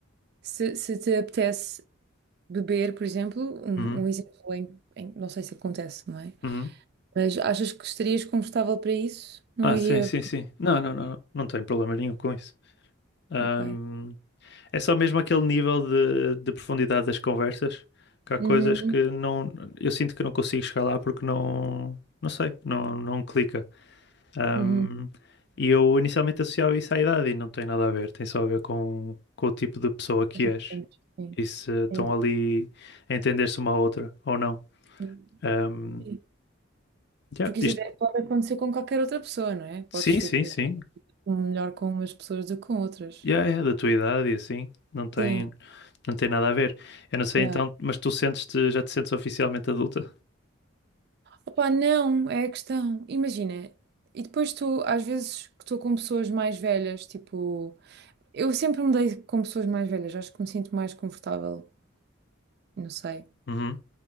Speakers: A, on the right; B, on the left.
A: se, se te apetece beber, por exemplo, um,
B: Uhum,
A: um exemplo em, em- não sei se acontece, não é?
B: uhum.
A: Mas achas que estarias confortável para isso? Não
B: Ah,
A: iria.
B: sim, sim, sim. Não, não, não, não tenho problema nenhum com isso. Ahm,
A: Ok.
B: é só mesmo aquele nível de, de profundidade das conversas, que há coisas
A: Uhum,
B: que não, eu sinto que não consigo chegar lá porque não, não sei, não, não clica. Ahm,
A: uhum.
B: e eu inicialmente associava isso à idade e não tem nada a ver, tem só a ver com, com o tipo de pessoa que
A: Mas é
B: és
A: diferente, Sim.
B: e se estão
A: É,
B: ali a entender-se uma à outra ou não.
A: sim.
B: Ahm,
A: Sim.
B: yeah,
A: Porque isso
B: isto-
A: até pode acontecer com qualquer outra pessoa, não é? Podes,
B: sim,
A: tipo,
B: sim, sim.
A: um melhor com umas pessoas do que com outras.
B: Yeah, yeah, da tua idade e assim, não tem.
A: Sim,
B: Não tem nada a ver. Eu não sei
A: yeah.
B: então, mas tu sentes-te, já te sentes oficialmente adulta?
A: Opa, não, é a questão. Imagina, e depois tu, às vezes que estou com pessoas mais velhas, tipo. Eu sempre me dei com pessoas mais velhas, acho que me sinto mais confortável, não sei,
B: Uhum,